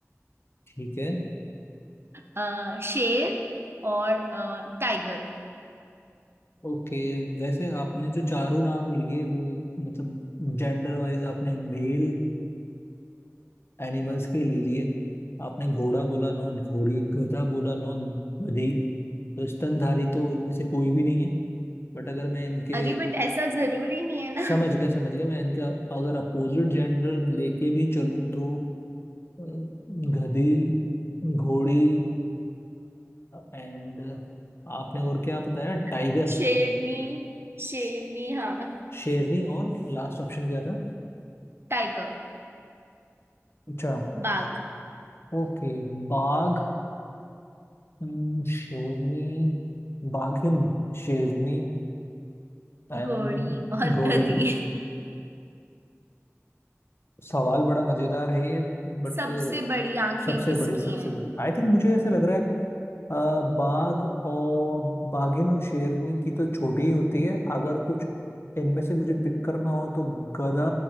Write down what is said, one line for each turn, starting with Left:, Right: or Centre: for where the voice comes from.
Left: ठीक है
Right: अ, शेर और अ, टाइगर
Left: ओके वैसे आपने जो चारों नाम लिए वो मतलब जेंडर वाइज आपने मेल एनिमल्स के ले लिए आपने घोड़ा बोला नॉट घोड़ी गधा बोला नॉट गधी तो स्तनधारी तो इनमें से कोई भी नहीं है बट अगर मैं इनके
Right: अरे बट ऐसा जरूरी नहीं है ना
Left: समझ गया समझ गया मैं इनका अगर अपोजिट जेंडर लेके भी चलूं तो अ, गधी घोड़ी एंड आपने और क्या बताया टाइगर
Right: <laughs> शेरनी शेरनी
Left: श-
Right: हाँ
Left: शेरनी और लास्ट ऑप्शन क्या था
Right: टाइगर
Left: अच्छा
Right: बाघ
Left: ओके बाघ हम्म, शेरनी बाघिन शेरनी एंड
Right: घोड़ी और
Left: घोड़ी
Right: गधी
Left: सवाल बड़ा मजेदार है ये
Right: <laughs>
Left: बट
Right: सबसे बड़ी आंखें
Left: सबसे
Right: किसकी
Left: बड़ी सबसे
Right: हैं
Left: बड़ी आई थिंक मुझे ऐसे लग रहा है अ, बाघ और बाघिन और शेरनी की तो छोटी ही होती है अगर कुछ इनमें से मुझे पिक करना हो तो गधा